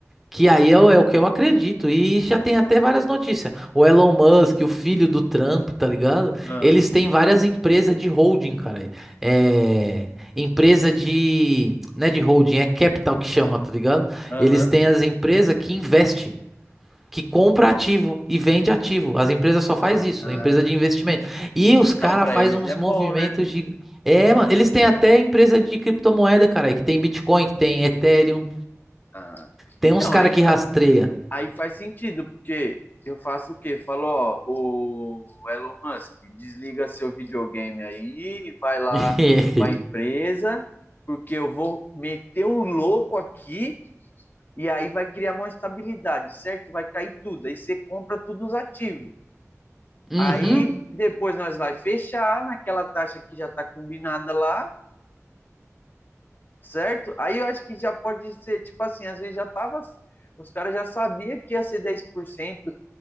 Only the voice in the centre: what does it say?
que aí é o, é o que eu acredito. E já tem até várias notícias. O Elon Musk, o filho do Trump, tá ligado?
Eles têm várias empresas de holding, cara. É. Empresa de. Não é de holding, é capital que chama, tá ligado?
Eles têm as empresas que investem que compra ativo e vende ativo. As empresas só faz
isso, a empresa de investimento. E os caras
faz
uns
movimentos
de É, mano, eles têm até empresa de criptomoeda, cara, que tem Bitcoin, que tem Ethereum,
tem
uns cara
que rastreia.
<laughs>
Uhum.